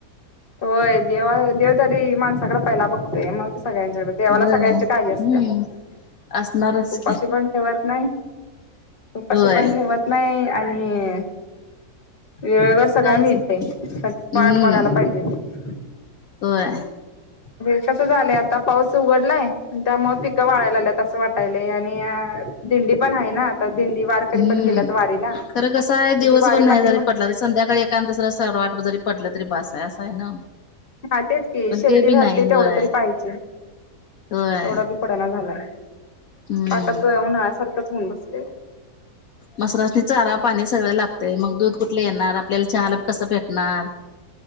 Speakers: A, on the left; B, on the left.
A: होय. देवा- देव तरी माणसाकडे, पहियला बघतोय. मग सगळ्यांच्याकडे. देवाला
B: होय
A: सगळ्यांची
B: हम्म
A: काळजी असत्या.
B: असणारच
A: उपाशी
B: की
A: पण ठेवत नाही. उपाशी
B: होय
A: पण ठेवत नाही. आणि <inaudible> वेळेवर सगळ
B: कायच
A: मिळते.
B: हम्म
A: वाट बघायला पाहिजे. म्हणजे
B: होय.
A: हे कसं झालंय. आता पाऊस उघडलाय त्यामुळ पिकं वाळायलायेत अस वाटायलाय. आणि दिंडी पण हाये ना आता. दिंडी वारकरी
B: हम्म.
A: पण गेल्यात वारीला
B: खरं कसं हाय दिवसभर
A: ती वारी
B: नाही
A: पाठीमा
B: जरी पटला संध्याकाळी एकातं सर सरवाट जरी पडलं तरी भास आहे असंय ना.
A: हा तेच की
B: पण
A: शेती
B: ते बी
A: राहती
B: नाही होय
A: तेवढा तरी पाहिजे.
B: होय
A: तेवढा बी पडाना झालाय.
B: हम्म
A: पाकाच उन्हाळ्या सारखंच होऊन बसलेय.
B: मसरानी चारा पाणी सगळं लागतय. मग दूध कुठलं येणार. आपल्याला हाला कसं भेटणार.